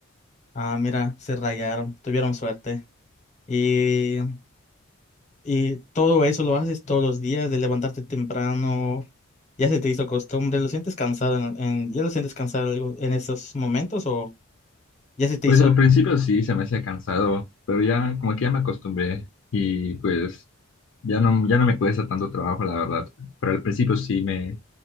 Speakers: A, on the left; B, on the left.
A: Ah, mira, se rayaron, tuvieron suerte. Y, y todo eso lo haces todos los días, de levantarte temprano, ya se te hizo costumbre, ¿lo sientes cansado en, en- ya lo sientes cansado algo en esos momentos o ya se te
B: Pues
A: hizo
B: al principio sí se me hacía cansado, pero ya como que ya me acostumbré y pues ya no, ya no me cuesta tanto trabajo, la verdad. Pero al principio sí me,